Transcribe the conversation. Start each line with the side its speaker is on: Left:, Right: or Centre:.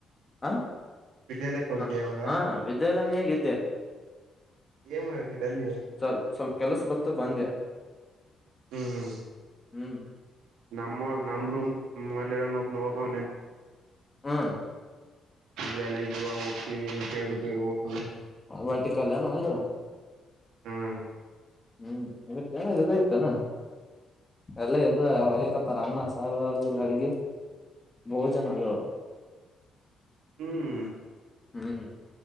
Left: ಆ
Right: ವಿದ್ಯಾಲಯಕ್ಕೆ ಹೋಗಿದ್ದೀಯಾ
Left: ಆ,
Right: ಇವಾಗ
Left: ಹಾ ವಿದ್ಯಾಲಯನಾಗ ಇದ್ದೆ
Right: ಏನ್ ಮಾಡತ ಅಲ್ಲಿ
Left: ಸ್ವಲ್ ಸ್ವಲ್ಪ ಕೆಲಸ ಬತ್ತು ಬಂದೆ
Right: ಹ್ಮ್ ಹ್ಮ
Left: ಹ್ಮ್
Right: ನಮ್ಮ ನಂಬರುೂ ಮಲ್ಲಿರ ನ ನೋಕಣ
Left: ಹ್ಮ
Right: ಜ ಲಾಯಕ್ ಜವ ವೋಗಕ್ತಿ ನೀ ಎ ಕೆೇಳು ಇವ ಮನೆ
Left: ಬಲ್ಟ ಕಲ್ಯನ ಒಂದು
Right: ಹ್ಮ್
Left: ಹ್ಮ್ ಇವತ್ತ ಏನ ಇದಐತಾನ ಎಲ್ಲ ಇದ ಅವ ಯಾಕತ್ತಾರ ಅನ್ನ ಸಾರಾರ ಅಡಿಗೆ ಭೋಜನ ಅದವು
Right: ಹ್ಮ್
Left: ಹ್ಮ್